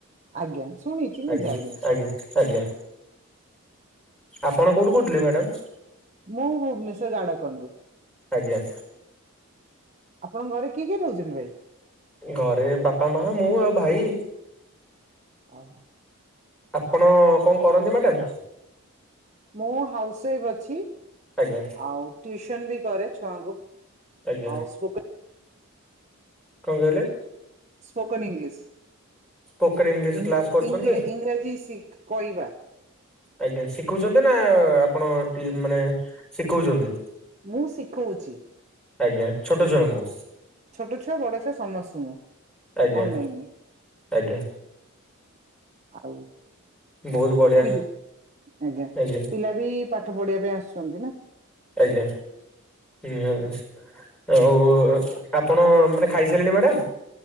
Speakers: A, on the right (about 30°); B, in the centre.
A: ଆଜ୍ଞା ଶୁଣିଚି ମୁଁ
B: ଆଜ୍ଞା
A: ଯାଇନି ସିଆଡେ।
B: ଆଜ୍ଞା ଆଜ୍ଞା ଆପଣ କୋଉଠୁ କହୁଥିଲେ ମ୍ୟାଡ଼ାମ?
A: ମୁଁ ଭୁବନେଶ୍ୱର ଝାଡ଼ଖଣ୍ଡରୁ।
B: ଆଜ୍ଞା।
A: ଆପଣଙ୍କ ଘରେ କିଏ କିଏ ରହୁଚନ୍ତି ଭାଇ?
B: ଘରେ ବାପା ମା ମୁଁ ଆଉ ଭାଇ।
A: ଅହ।
B: ଆପଣ କଣ କରନ୍ତି ମାଡାମ୍?
A: ମୁଁ ହାଉସ୍ ୱାଇଫ୍ ଅଛି।
B: ଆଜ୍ଞା।
A: ଆଉ ଟ୍ୟୁସନ ବି କରେ ଛୁଆଙ୍କୁ।
B: ଆଜ୍ଞା।
A: ଆଉ ସ୍ପୋକ
B: କଣ୍ କହିଲେ?
A: ସ୍ପୋକନ୍ ଇଂଲିଶଂ
B: ସ୍ପୋକେନ ଇଂଲିଶ
A: ଇଂ-
B: କ୍ଲାସ କରୁଛନ୍ତି?
A: ଇଂରେ- ଇଂରାଜୀ ଶି କହିବା।
B: ଆଜ୍ଞା ଶିଖୁଚନ୍ତି ନା ଆପଣ ଟି-ମାନେ ଶିଖଉଚନ୍ତି?
A: ମୁଁ ଶିଖଉଚି।
B: ଆଜ୍ଞା ଛୋଟ ଛୁଆଙ୍କୁ?
A: ଛୋଟ ଛୁଆ ବଡ ଛୁଆ ସମସ୍ତଙ୍କୁ
B: ଆଜ୍ଞା
A: ଅନଲାଇନ୍ ରେ।
B: ଆଜ୍ଞା
A: ଆଉ
B: ବହୁତ ବଢିଆ
A: ପିଲ୍-ଆଜ୍ଞା
B: ଆଜ୍ଞା
A: ପିଲା ବି ପାଠ ପଢିବା ପାଇଁ ଆସୁଚନ୍ତି ନା।
B: ଆଜ୍ଞା ହଁ ଆଉ
A: ଆଚ୍ଛା
B: ଆପଣ ମାନେ ଖାଇସାଇଲେଣି ମ୍ୟାଡ଼ାମ୍?